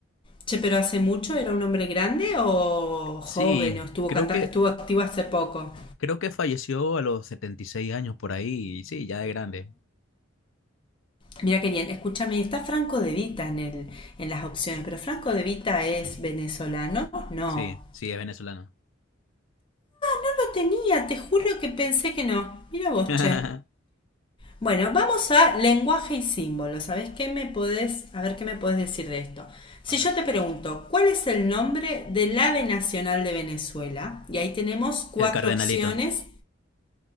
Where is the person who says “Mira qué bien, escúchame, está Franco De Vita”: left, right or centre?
Left